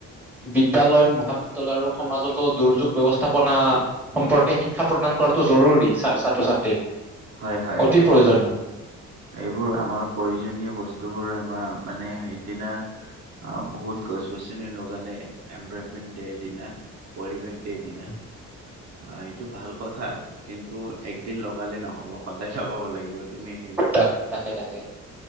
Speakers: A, in the centre; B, on the right.
A: বিদ্যালয়, মহাবিদ্যালয় আৰু সমাজত- ত' দুৰ্যোগ ব্যৱস্থাপনা সম্পৰ্কে শিক্ষা প্ৰদান কৰাটো জৰুৰী ছা ছাত্ৰ-ছাত্ৰীক।
B: হয় হয়
A: অতি প্ৰয়োজনীয়।
B: এইবোৰ আমাৰ প্ৰয়োজনীয় বস্তুবোৰ আমাৰ মানে সেইদিনা- অঁ' বহুত গছ গছনি লগালে, এনভাৰমেন্ট ডেৰ দিনা পৰিৱেশ ডেৰ দিনা।
A: <inaudible>
B: অ' এইটো ভাল কথা, কিন্তু একদিন লগালে নহব সদায় লগাব লাগিব তুমি হেৰি-
A: তাক তাকে তাকে,